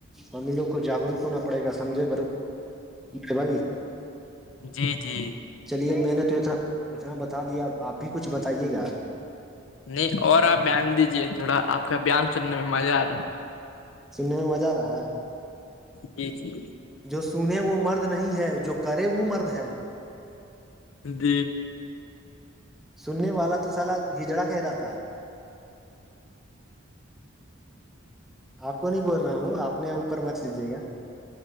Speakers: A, in the centre; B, on the left.
A: ہم ان لوگ کو جاگروک ہونا پڑے گا سمجھے بھائی
B: جی جی
A: چلیے میں نے تو اتنا اتنا بتا دیا آپ بھی کچھ بتائیے گا
B: نہیں اور آپ بیان دیجیے تھوڑا آپ کا بیان سننے میں مزہ آ رہا ہے
A: سننے میں مزہ آ رہا ہے
B: جی جی
A: جو سنے وہ مرد نہیں ہے جو کرے وہ مرد ہے
B: ج
A: سننے والا تو سالا ہجڑا کہلاتا ہے آپ کو نہیں بول رہا ہوں آپ نے اوپر مت لیجیے گا